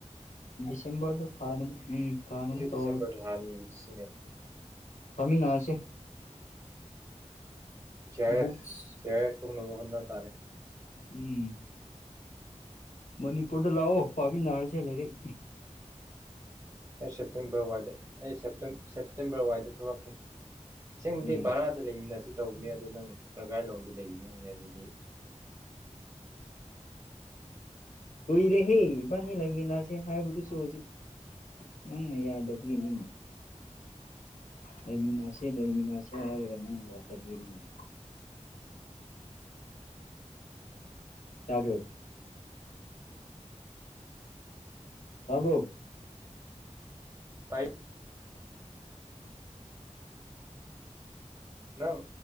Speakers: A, on the left; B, on the right.
A: ꯗꯤꯁꯦꯝꯕꯔꯗ ꯊꯥꯒꯅꯤ ꯎꯝ ꯊꯥꯅꯕ
B: ꯑꯩꯁꯨ
A: ꯇꯧꯔꯥ
B: ꯗꯤꯁꯦꯝꯕꯔꯗ <unintelligible>
A: ꯐꯥꯃꯤꯟꯅꯁꯦ
B: G R
A: books
B: race G R S ꯀꯣꯛꯂꯥꯕ ꯍꯣꯠꯅ ꯇꯥꯔꯦ
A: ꯎꯝ ꯃꯅꯤꯄꯨꯔꯗ ꯂꯥꯑꯣ ꯄꯥꯃꯤꯅꯥꯔꯁꯦ ꯂꯩꯔꯤꯛ
B: ꯑꯩ ꯁꯦꯞꯇꯦꯝꯕꯔ ꯋꯥꯏꯗ ꯑꯩ ꯁꯦꯞꯇꯦꯝ ꯁꯦꯞꯇꯦꯝꯕꯔ ꯋꯥꯏꯗ ꯊꯣꯛꯔꯛꯀꯦ ꯑꯁꯦꯡꯕꯗꯤ
A: ꯎꯝ
B: ꯚꯥꯔꯥꯗ ꯂꯩꯃꯤꯟꯅꯖꯦ ꯇꯧꯕꯅꯦ ꯑꯗꯨ ꯅꯪ ꯄ꯭ꯔꯒꯥꯏꯂꯣꯡꯗꯤ ꯂꯩꯒꯅꯤꯌꯦ ꯑꯗꯨꯗꯤ
A: ꯀꯨꯏꯔꯦꯍꯦ ꯏꯕꯥꯅꯤ ꯂꯩꯥꯃꯤꯟꯅꯁꯦ ꯍꯥꯏꯕꯗꯨꯖꯨ ꯍꯧꯖꯤꯛ ꯅꯪꯅ ꯌꯥꯗꯕꯒꯤꯅꯤꯅꯦ ꯂꯩꯃꯤꯟꯅꯁꯦ ꯂꯩꯃꯤꯟꯅꯁꯦ ꯍꯥꯏꯔꯒ ꯅꯪꯅ ꯌꯥꯗꯕꯒꯤꯅꯤꯅꯦ ꯇꯥꯕꯔꯣ ꯇꯥꯕꯔꯣ
B: ꯇꯥꯏꯌꯦ ꯎꯝ ꯅꯪ